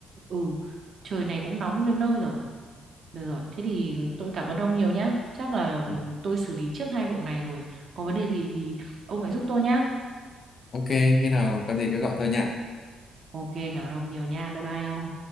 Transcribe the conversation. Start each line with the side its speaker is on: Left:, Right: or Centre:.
Right: ừ, trời này cũng nóng đến nơi rồi. Được rồi, thế thì tôi cảm ơn ông nhiều nhá. Chắc là
Left: ừ,
Right: tôi xử lý trước hai vụ này rồi. Có vấn đề gì thì ông hãy giúp tôi nhá.
Left: ok khi nào có gì cứ gọi tôi nhỉ
Right: Ok, cảm ơn ông nhiều nha. Bye bye ông.